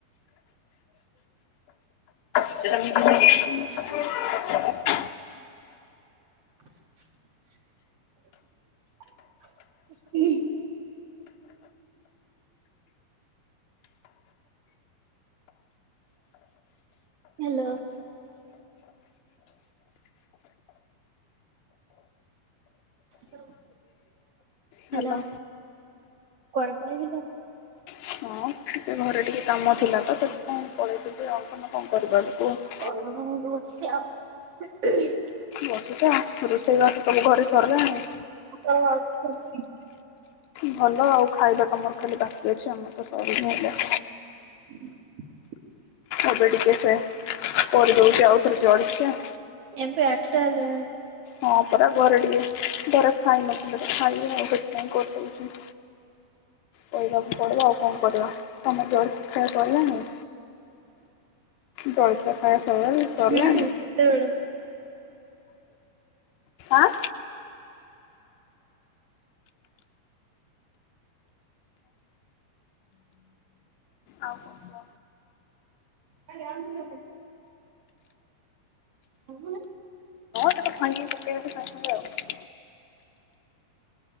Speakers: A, on the left; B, on the right.
A: ସେମ <unintelligible>
B: <inaudible> ହ୍ୟାଲୋ। ହ୍ୟାଲୋ।
A: ହ୍ୟାଲୋ
B: କୁଆଡ଼େ ପଳେଇଥିଲ?
A: ହଁ ଟିକେ ଘରେ ଟିକେ କାମ ଥିଲା ତ ସେଥି ପାଇଁ ପଳେଇଥିଲି ଆଉ ତମେ କଣ କରିବ ଏବେ କୁହ?
B: କ ଦ <unintelligible>
A: ବସଛ ରୋଷେଇବାସ ସବୁ ଘରେ ସରିଲାଣି?
B: ଓ ଆଉ <unintelligible>
A: ଭଲ ଆଉ ଖାଇବା ତମର ଖାଲି ବାକି ଅଛି ଆମର ତ ସରିନି ହେଲେ
B: <inaudible>
A: ଏବେ ଟିକେ ସେ କରି ଦଉଛି ଆଉଥରେ ଜଳିଖ୍ୟା।
B: ଏବେ ଆଠଟା ହେଲାନି
A: ହଁ ପରା ଘରେ ଟିକେ ଘର ଖାଇ ନଥିଲେ ଖାଇବେ ଆଉ କିଛି ନାଇଁ କରିଦଉଛି। କରିବାକୁ ପଡିବା ଆଉ କଣ କରିବା ତମ ଜର <unintelligible> ଶଖରେ କହିଲାନି ଜଳଖିଆ ଖାଇବ ସଇଲା ସାରିଲାଣି?
B: ହୁଁ ଏତେବେଳୁ।
A: ଆଁ ଆଉ କଣ କୁହ?
B: କଲି ଆ <unintelligible> କହୁନୁ
A: ଭଙ୍ଗିକି ପକେଇବ ଆଉ <unintelligible>